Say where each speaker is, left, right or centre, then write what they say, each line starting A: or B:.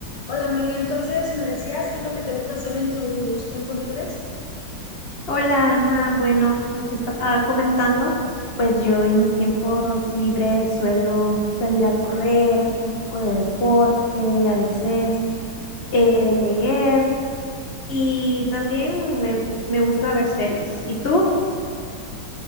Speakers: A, on the left; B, on the left.
A: Hola María, entonces me decías qué es lo que te gusta hacer en tus tiempos libres.
B: Hola Alma, bueno, como te estaba comentando, pues yo en mis tiempos libres suelo salir a correr, hacer un poco de deporte, a veces eh, leer y también me, me gusta ver series. ¿Y tú?